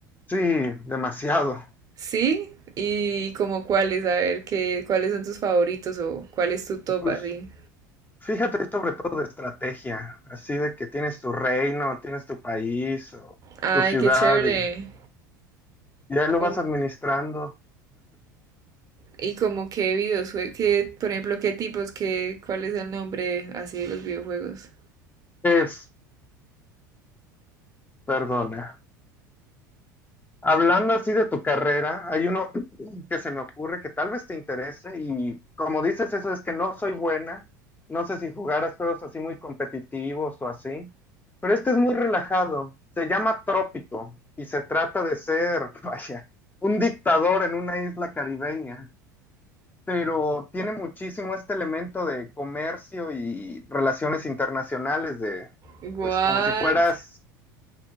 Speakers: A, on the left; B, on the right.
A: Sí, demasiado.
B: ¿Sí? Y como cuáles, a ver, qué, cuáles son tus favoritos o cuál es tu top
A: Pues
B: así.
A: fíjate sobre todo de estrategia, así de que tienes tu reino, tienes tu país o
B: Ay,
A: tu ciudad
B: qué chévere.
A: y ya lo
B: Con-
A: vas administrando.
B: y como qué videojuegos, qué, por ejemplo, qué tipos, qué, cuál es el nombre así de los videojuegos.
A: Es, perdona. Hablando así de tu carrera, hay uno <clears throat> que se me ocurre que tal vez te interese y como dices eso es que no soy buena, no sé si jugaras juegos así muy competitivos o así, pero este es muy relajado, se llama Trópico y se trata de ser, <laughs> vaya, un dictador en una isla caribeña, pero tiene muchísimo este elemento de comercio y relaciones internacionales, de
B: What?
A: pues como si fueras